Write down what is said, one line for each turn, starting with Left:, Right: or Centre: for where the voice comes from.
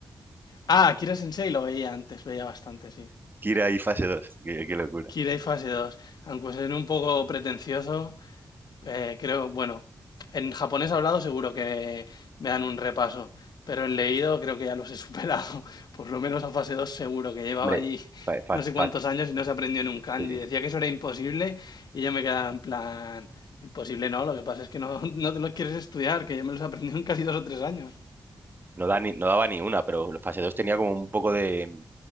Left: Ah, Kira Sensei lo veía antes, veía bastante, sí.
Right: Kira y fase dos. qué, qué locura.
Left: Kira y Fase dos, Aunque suene un poco pretencioso, Eh, creo, bueno, en japonés hablado seguro que me dan un repaso, pero en leído creo que ya los he superado. <laughs> Por lo menos a fase dos seguro que llevaba
Right: Hombre,
Left: allí
Right: fa- fa-
Left: no sé cuántos
Right: fa-
Left: años y no se aprendió ni un kanji.
Right: sí,
Left: Decía
Right: sí.
Left: que eso era imposible y yo me quedaba en plan, imposible no, lo que pasa es que no, <laughs> no te los quieres estudiar, que yo me los aprendí en casi dos o tres años.
Right: No da ni- no daba ni una, pero fase 2 tenía como un poco de